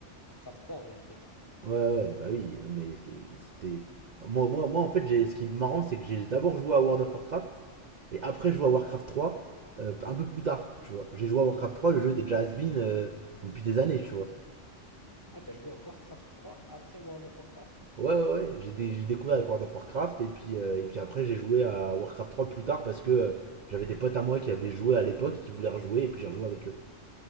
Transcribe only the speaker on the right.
Ouais, ouais, bah oui, non mais que- c'était. Moi, moi, moi, en fait, j'ai ce qui est marrant, c'est que j'ai d'abord joué à World of Warcraft et après joué à Warcraft 3 euh, un peu plus tard, tu vois. J'ai joué à Warcraft 3, le jeu était déjà has-been euh, depuis des années, tu vois.
Ouais, ouais, ouais, j'ai dé- j'ai découvert avec World of Warcraft et puis, euh, et puis après, j'ai joué à Warcraft 3 plus tard parce que euh, j'avais des potes à moi qui avaient joué à l'époque, qui voulaient rejouer et puis j'ai rejoué avec eux.